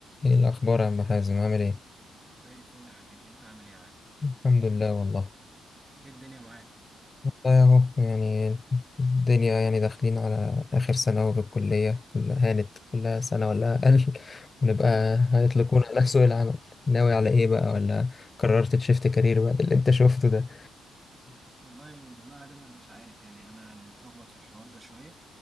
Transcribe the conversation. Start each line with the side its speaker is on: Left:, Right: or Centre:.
Left: ايه الاخبار يا عم حازم عامل ايه
Right: زي الفل يا حبيبي انت عامل ايه يا عادل
Left: الحمد لله والله
Right: ايه الدنيا معاك
Left: والله اهو يعني الدنيا يعني داخلين على اخر سنه اهو في الكليه كلها هانت كلها سنه ولا اقل <laughs> ونبقى
Right: يا رب
Left: هيطلقونا على سوق العمل ناوي على ايه بقى ولا قررت تشفت كارير بعد اللي انت شفته ده
Right: والله والله يا عادل انا مش عارف يعني انا متلخبط في الحوار ده شويه